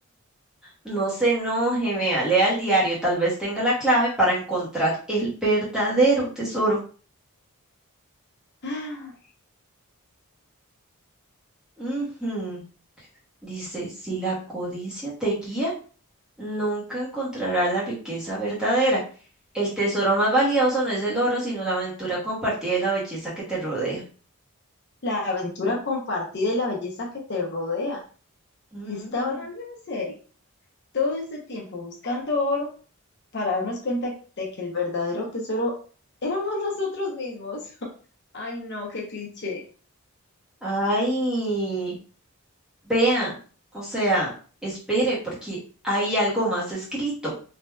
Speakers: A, in the centre; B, on the left.
A: No se enoje, vea, lea el diario, tal vez tenga la clave para encontrar el verdadero tesoro.
B: Ah,
A: Ujú. Dice, si la codicia te guía, nunca encontrarás la riqueza verdadera. El tesoro más valioso no es el oro, sino la aventura compartida y la belleza que te rodea.
B: La aventura compartida y la belleza que te rodea.
A: Mm.
B: Está hablando en serio. Todo este tiempo buscando oro para darnos cuenta de que el verdadero tesoro éramos nosotros mismos. <laughs> Ay, no, qué cliché.
A: Ay, vea, o sea, espere, porque hay algo más escrito.